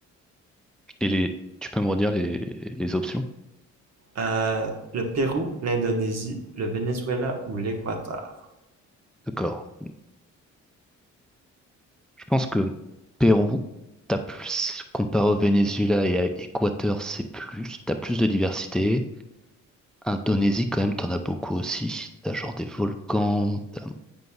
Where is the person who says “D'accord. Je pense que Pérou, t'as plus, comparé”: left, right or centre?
Centre